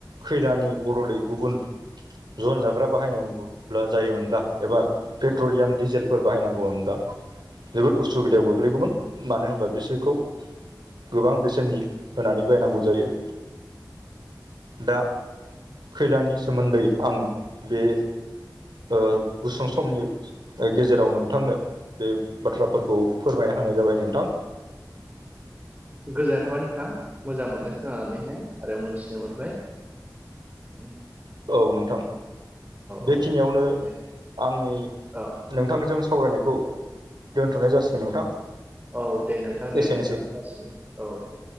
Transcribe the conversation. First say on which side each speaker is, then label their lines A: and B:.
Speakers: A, on the right (about 85°); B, on the right (about 25°).
A: खैलानि बद'लै गुबुन जन जाग्रा बाहायनायमोनब्ला जायोमोनब्ला एबा पेट्रलियाम डिजेलफोर बाहायनांगौमोनब्ला जोबोद उसुबिदायाव गोग्लैगौमोन मानो होनबा बिसोरखौ गोबां बेसेननि होनानै बायनांगौ जायो। दा खैलानि सोमोन्दै आं बे ओ गुसुं समनि गेजेराव नोंथांनो बे बाथ्राफोरखौ फोरमायना होनाय जाबाय नोंथां।
B: गोजोननाय थाबाय नोंथां मोजां मोनदों खोनानानैहाय आरो मोनथिनो मोनबाय। उम
A: औ नोंथां बेखिनियावनो
B: औ दे
A: आंनि
B: औ
A: नोंथांजों सावरायनायखौ दोनथ'नाय जासिगोन नोंथां।
B: औ दे नोंथां दे
A: एसेनोसै।
B: नोंथां जासिगोन औ दे।